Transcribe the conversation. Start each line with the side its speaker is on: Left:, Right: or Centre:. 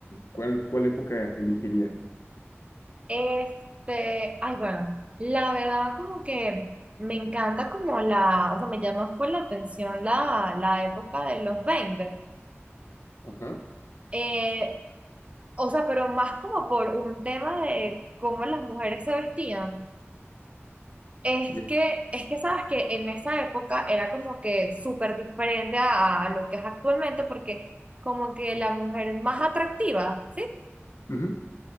Left: ¿cuál, cuál época elegirías?
Right: Este, ay, bueno, la verdad como que me encanta como la, o sea, me llama fue la atención la, la época de los veinte,
Left: Ajá.
Right: Eh, o sea, pero más como por un tema de cómo las mujeres se vestían. Es
Left: Ya.
Right: que, es que sabes que en esa época era como que súper diferente a, a lo que es actualmente, porque como que la mujer más atractiva
Left: Ujú.